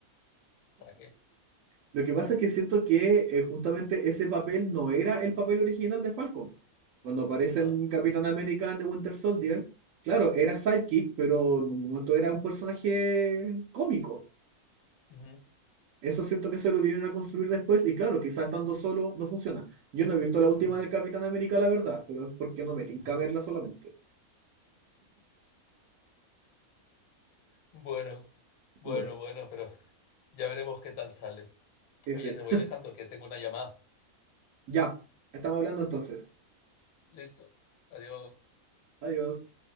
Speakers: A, on the left; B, on the right.
A: ¿para qué?
B: Lo que pasa es que siento que eh, justamente ese papel no era el papel original de Falcon. Cuando aparece
A: Ah,
B: en Capitán América and the Winter Soldier, claro, era sidekick, pero en un momento era un personaje cómico.
A: uh -huh,
B: Eso siento que se lo vinieron a construir después y claro, quizás estando solo no funciona. Yo no he visto la última
A: uh -huh,
B: del Capitán América, la verdad, pero es porque no me tinca
A: uh -huh.
B: verla solamente.
A: Bueno, bueno,
B: Bueno,
A: bueno, pero ya veremos qué tal sale.
B: ese.
A: Oye, te voy dejando que tengo una llamada.
B: Ya, estamos hablando entonces.
A: Listo. Adiós.
B: Adiós.